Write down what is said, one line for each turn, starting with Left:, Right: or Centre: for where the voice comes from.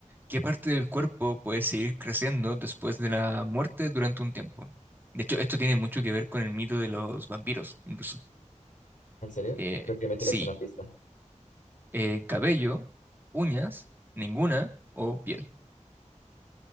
Right: ¿Qué parte del cuerpo puede seguir creciendo después de la muerte durante un tiempo? De hecho, esto tiene mucho que ver con el mito de los vampiros, incluso.
Left: ¿En serio?
Right: Eh,
Left: Creo que me
Right: sí.
Left: tiras una pista.
Right: Eh, cabello, uñas, ninguna o piel.